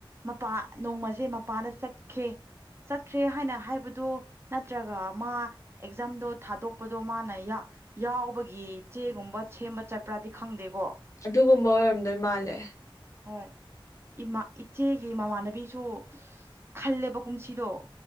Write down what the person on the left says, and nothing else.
ꯑꯗꯨꯒꯨꯝꯕ ꯑꯣꯏꯔꯝꯗꯣꯏ ꯃꯥꯜꯂꯦ